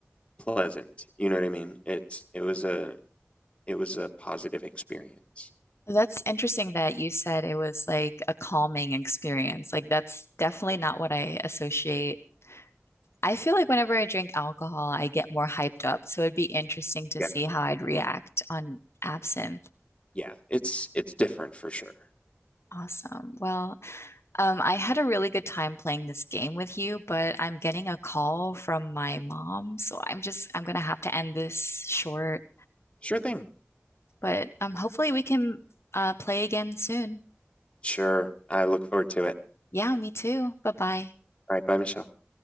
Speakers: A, on the left; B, on the left.
A: pleasant. You know what I mean? It, it was a, it was a positive experience.
B: That's interesting that you said it was like a calming experience. Like, that's definitely not what I associate. I feel like whenever I drink alcohol, I get more hyped up. So it'd be interesting to
A: Yeah.
B: see how I'd react on absinthe.
A: Yeah, it's it's different for sure.
B: Awesome. Well, um, I had a really good time playing this game with you, but I'm getting a call from my mom, so I'm just I'm gonna have to end this short.
A: Sure thing.
B: But um, hopefully we can uh, play again soon.
A: Sure. I look forward to it.
B: Yeah, me too. Bye bye.
A: All right, bye, Michelle.